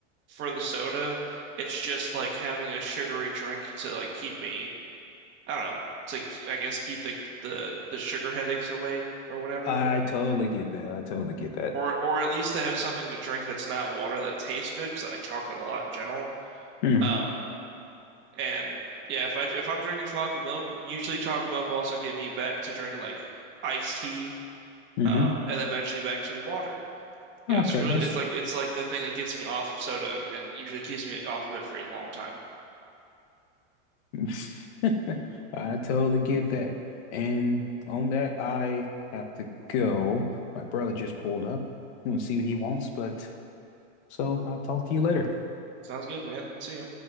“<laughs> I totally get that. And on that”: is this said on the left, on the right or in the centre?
Left